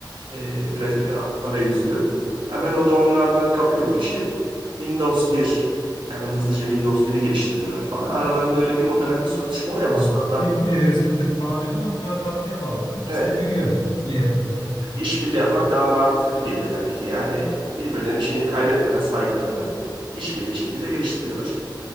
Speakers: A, on the right; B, on the left.
A: e, grafik a- arayüzlü hemen o da onlardan kapıyor bu işi. Windows bir. Hemen hızlıca Windows 1'i geliştiriyorlar falan. Aralarında öyle bir o dönem bir sürtüşme oluyor
B: Evet.
A: ama sonradan
B: Fikri hırsızlık falan diyorlar ama sonra tatlıya bağlıyorlar. İkisi
A: evet
B: de büyüyor diye hatırlıyorum. Evet.
A: işbirliği yapmak daha mantıklı geliyor tabii ki. Yani birbirlerinin şeyini kaybetmeden saygılarını işbirliği şekilde geliştiriyorlar.